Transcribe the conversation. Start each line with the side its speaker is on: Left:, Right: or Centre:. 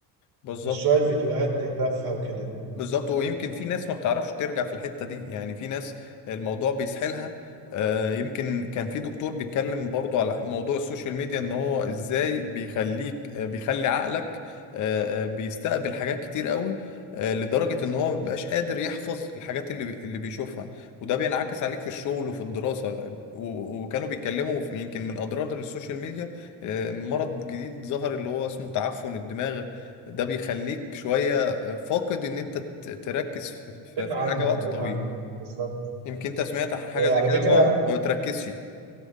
Left: بالظبط
Right: مش شوية فيديوهات تافهة وكده
Left: بالظبط ويمكن في ناس ما بتعرفش ترجع في الحتة دي يعني في ناس الموضوع بيسحلها آه، يمكن كان في دكتور بيتكلم برضو على موضوع السوشيال ميديا ان هو ازاي بيخليك آه، بيخلي عقلك آه، آه، بيستقبل حاجات كتير قوي آه، لدرجة ان هو ما بيبقاش قادر يحفظ الحاجات اللي بي- اللي بيشوفها وده بينعكس عليك في الشغل وفي الدراسة و- وكانوا بيتكلموا في- يمكن من اضرار السوشيال ميديا آه، مرض جديد ظهر اللي هو اسمه تعفن الدماغ ده بيخليك شوية فاقد ان انت ت- تركز في في-
Right: قريت
Left: في
Right: عنه
Left: حاجه وقت
Right: قريت
Left: طويل
Right: عنه بالظبط
Left: يمكن انت سمعت عن حاجه
Right: آه،
Left: زي
Right: على
Left: كده
Right: فكرة
Left: اللي هو ما بتركزش